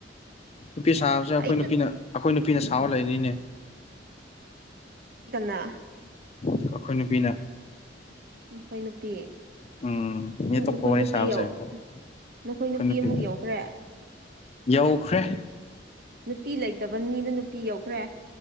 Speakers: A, on the left; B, on the right.
A: ꯅꯨꯄꯤ ꯁꯥꯕꯁꯦ ꯑꯩꯈꯣꯏ
B: ꯑꯩꯁꯨ
A: ꯅꯨꯄꯤꯅ ꯑꯩꯈꯣꯏ ꯅꯨ ꯅꯨꯄꯤꯅ ꯁꯥꯎ ꯂꯩꯅꯤꯅꯦ
B: ꯀꯅꯥ
A: ꯑꯩꯈꯣꯏ ꯅꯨꯄꯤꯅ
B: ꯅꯈꯣꯏ ꯅꯨꯄꯤ
A: ꯎꯝ ꯃꯤ ꯑꯇꯣꯞꯄ
B: ꯅꯈꯣꯏ
A: ꯋꯥꯔꯤ
B: ꯅꯨꯄꯤ
A: ꯁꯥꯕꯁꯦ
B: ꯌꯣ
A: ꯑꯩꯈꯣꯏ
B: ꯅꯈꯣꯏ
A: ꯑꯩꯈꯣꯏ
B: ꯅꯨꯄꯤ
A: ꯅꯨꯄꯤꯅ
B: ꯑꯃꯨꯛ ꯌꯧꯈ꯭ꯔꯦ
A: ꯌꯧꯈ꯭ꯔꯦ
B: ꯅꯨꯄꯤ ꯂꯩꯇꯕ ꯃꯤꯅ ꯅꯨꯄꯤ ꯌꯧꯈ꯭ꯔꯦ